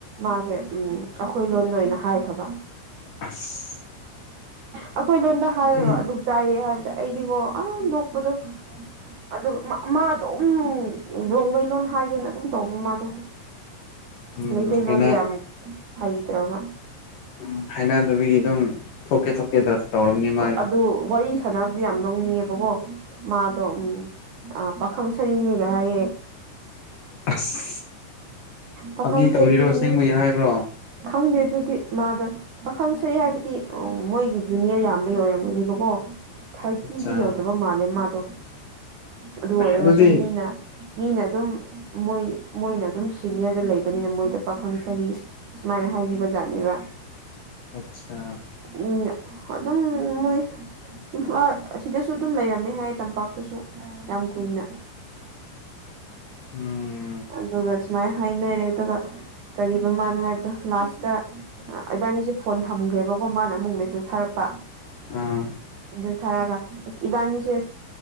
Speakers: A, on the right (about 80°); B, on the left (about 60°).
A: ꯃꯥꯁꯦ ꯎꯝ ꯑꯩꯈꯣꯏ ꯂꯣꯟꯗ ꯑꯣꯏꯅ ꯍꯥꯏꯈ꯭ꯔꯕ
B: ꯑꯁ
A: ꯑꯩꯈꯣꯏ ꯂꯣꯟꯗ ꯍꯥꯏꯔꯒ
B: ꯎꯝ
A: ꯑꯗꯨꯝ ꯆꯥꯏꯌꯦ ꯍꯥꯏꯕꯗ ꯑꯩꯗꯤꯀꯣ ꯑ ꯅꯣꯛꯄꯗꯣ ꯑꯗꯨꯒ ꯃꯥꯗꯨꯝ ꯔꯣꯡꯃꯩꯂꯣꯟꯗ ꯍꯥꯏꯒꯦꯅ ꯑꯗꯨꯝ ꯇꯧꯕ ꯃꯥꯗꯣ
B: ꯎꯝ
A: ꯃꯩꯇꯩ
B: ꯍꯩꯅ
A: ꯂꯣꯟꯗ ꯌꯥꯝ ꯍꯩꯇ꯭ꯔꯕ
B: ꯎꯝ ꯍꯥꯏꯅꯗꯕꯤ ꯑꯗꯨꯝ ꯊꯣꯛꯀꯦ ꯊꯣꯛꯀꯦ ꯗ ꯇꯧꯔꯝꯃꯦ ꯃꯥꯒꯤꯗꯣ
A: ꯑꯗꯨ ꯋꯥꯔꯤ ꯁꯥꯟꯅꯕꯗꯤ ꯌꯥꯝ ꯅꯣꯛꯅꯤꯡꯉꯦꯕꯀꯣ ꯃꯥꯗꯣ ꯎꯝ ꯑ ꯄꯥꯈꯪ ꯁꯔꯤꯅꯤꯒ ꯍꯥꯏꯌꯦ
B: ꯑꯁ
A: ꯄꯥꯈꯪ
B: ꯐꯥꯒꯤ
A: ꯁꯔꯤꯅꯤ
B: ꯇꯧꯔꯤꯔꯣ ꯑꯁꯦꯡꯕꯒꯤ ꯍꯥꯏꯕ꯭ꯔꯣ
A: ꯈꯪꯗꯦ ꯑꯗꯨꯗꯤ ꯃꯥꯗꯣ ꯄꯥꯈꯪ ꯁꯔꯤ ꯍꯥꯏꯕꯗꯤ ꯑꯣ ꯃꯣꯏꯒꯤ ꯖꯨꯅꯤꯌꯔ ꯌꯥꯝꯕꯒꯤ ꯑꯣꯏꯔꯝꯒꯅꯦꯕꯀꯣ ꯊꯥꯔꯇꯤꯗꯤ
B: ꯑꯠꯆꯥ
A: ꯌꯧꯗꯕ ꯃꯥꯜꯂꯦ ꯃꯥꯗꯣ ꯑꯗꯨ ꯑꯣꯏꯔꯒꯁꯨꯨ
B: ꯑꯗꯨꯗꯤ
A: ꯃꯤꯅ ꯃꯤꯅ ꯑꯗꯨꯝ ꯃꯣꯏ ꯃꯣꯏꯅ ꯑꯗꯨꯝ ꯁꯤꯅꯤꯌꯔꯗ ꯂꯩꯕꯅꯤꯅ ꯃꯣꯏꯗ ꯄꯥꯈꯪ ꯁꯔꯤ ꯁꯨꯃꯥꯏꯅ ꯍꯥꯏ ꯍꯥꯏꯕꯤꯕꯖꯥꯠꯅꯦꯕ
B: ꯑꯠꯆꯥ
A: ꯎꯝ ꯑꯗꯨꯝ ꯃꯣꯏ ꯏꯝꯐ ꯑꯁꯤꯗꯁꯨ ꯑꯗꯨꯝ ꯂꯩꯔꯝꯃꯦ ꯍꯥꯏꯌꯦ ꯇꯝꯄꯥꯛꯇꯁꯨ ꯌꯥꯝ ꯀꯨꯏꯅ
B: <inaudible> ꯎꯝ
A: ꯑꯗꯨꯒ ꯁꯨꯃꯥꯏ ꯍꯥꯏꯅꯔꯦ ꯑꯗꯨꯒ ꯀꯔꯤꯕ ꯃꯥꯅꯣ ꯍꯥꯏꯕꯗꯣ ꯂꯥꯁꯇ ꯏꯕꯥꯅꯤꯁꯦ ꯐꯣꯟ ꯊꯝꯈ꯭ꯔꯦꯕ ꯃꯥꯅ ꯑꯃꯨꯛ ꯃꯦꯁꯦꯁ ꯊꯥꯔꯛꯄ
B: ꯑꯥ
A: ꯃꯦꯁꯦꯁ ꯊꯥꯔꯒ ꯑꯁ ꯏꯕꯥꯅꯤꯁꯦ